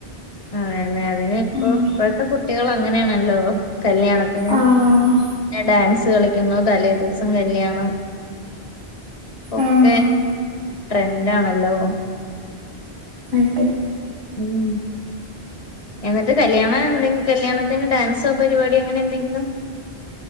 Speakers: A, on the left; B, on the right.
A: അതെ അതെ അതിന് ഇപ്പോ
B: ഉം
A: ഇപ്പോഴത്തെ കുട്ടികൾ അങ്ങനെയാണല്ലോ കല്യാണത്തിന്
B: ആഹ്
A: ഡാൻസ് കളിക്കുന്നു തലേദിവസം കല്യാണം ഒക്കെ
B: ആഹ്
A: ട്രെൻഡ് ആണല്ലോ
B: അതെ
A: ഉം എന്നിട്ട് കല്യാണ എന്തെങ്ക കല്യാണത്തിന് ഡാൻസോ പരിപാടിയോ അങ്ങനെ എന്തെങ്കിലും